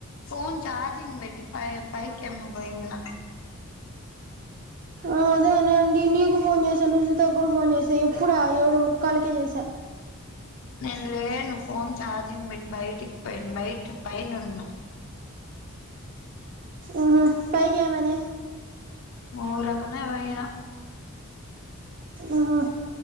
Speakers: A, on the left; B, on the right.
A: ఫోన్ చార్జింగ్ పెట్టి పై పైకి ఏమో పోయిన
B: ఆ అదేనండి నీకు ఫోన్ చేసా మురుచిత కూడా ఫోన్ చేసా ఎప్పుడు ఆ ఏడు ముక్కాలకే చేసా
A: నేను లేను ఫోన్ ఛార్జింగ్ బెట్టి బయటికి పోయాను బయట పైనున్న
B: ఆహ పైక మేనే
A: ఊరగానే పోయిన
B: ఆహా